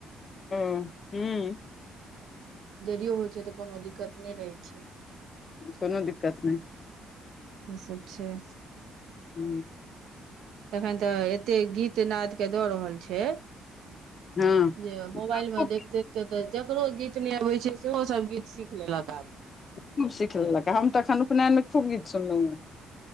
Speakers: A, on the left; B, on the right.
A: हं हूं
B: जदियो होइ छैय तऽ कोनो दिक्कत नहि रहै छैय।
A: कोनो दिक्कत नहि।
B: ई सब छैय।
A: ह्म
B: एखन तऽ एतेक गीत नादके दऽ रहल छैय।
A: हँ
B: जे मोबाइल मे
A: खूब
B: देख देख के तऽ जकरो गीत नहि अबै छैय सेहो सब गीत सीख लेलक आब
A: खूब सीख लेलक है हम तऽ एखन उपनयनके खूब गीत सुनलहुँ हेँ।